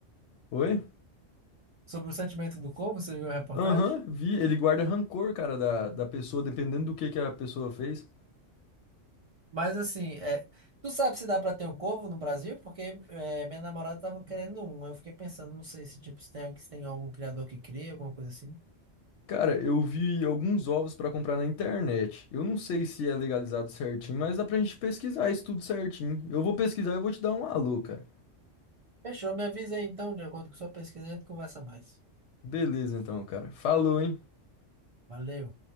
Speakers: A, on the left; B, on the right.
A: Oi?
B: sobre o sentimento do corvo, você viu a reportagem?
A: Aham, vi. Ele guarda rancor, cara, da, da pessoa, dependendo do que que a pessoa fez.
B: Mas assim, é, tu sabe se dá pra ter um corvo no Brasil? Porque é, minha namorada tava querendo um, Aí eu fiquei pensando, não sei se tipo se tem, se tem algum criador que cria, alguma coisa assim.
A: Cara, eu vi alguns ovos pra comprar na internet. Eu não sei se é legalizado certinho, mas dá pra gente pesquisar isso tudo certinho. Eu vou pesquisar e eu vou te dar um alô, cara.
B: Fechou, me avisa aí então, de acordo com sua pesquisa, a gente conversa mais.
A: Beleza, então, cara. Falou, hein?
B: Valeu.